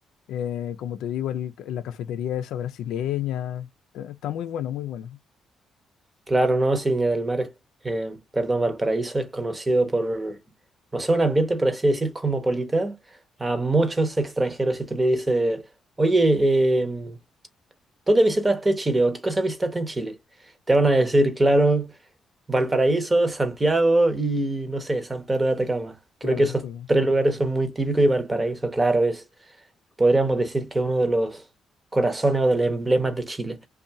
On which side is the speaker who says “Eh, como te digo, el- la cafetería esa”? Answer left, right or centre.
Left